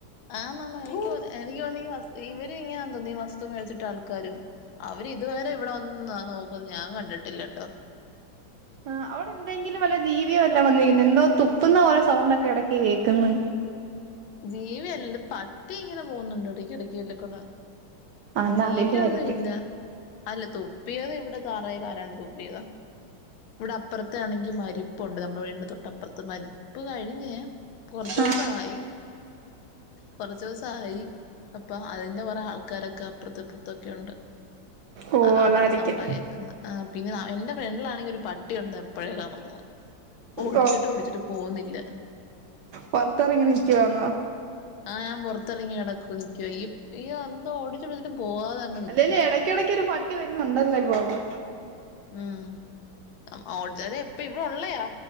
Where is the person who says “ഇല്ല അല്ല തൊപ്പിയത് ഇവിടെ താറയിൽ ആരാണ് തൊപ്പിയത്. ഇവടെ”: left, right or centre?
Left